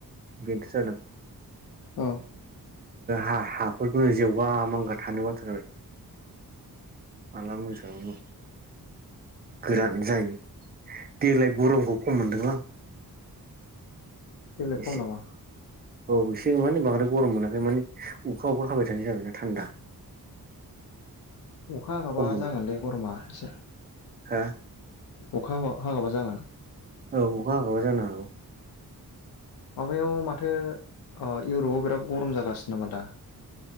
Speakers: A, on the right; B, on the left.
A: बेनोथ' जादों
B: औ
A: हा हाफोरखौ जवगा मा थानोबाथारबाय। माला मोसांनो गोरान जायो देग्लाय गरमखौ खम मोनदोंलां
B: देग्लाय खम
A: एसे
B: नामा
A: औ एसे मान बांद्राय गरम मोनाखै माने अखा अखा हाबाय थानाय जाबायना थान्दा
B: अखा हागाबा
A: खम मोनदां
B: जागोन दे गरमा एसे
A: हा
B: अखा हाब हागाबा जागोन
A: औ अखा हागाबा जानो हागौ
B: माबायाव माथो इउरपाव बिराद गरम जागासिनो नामा दा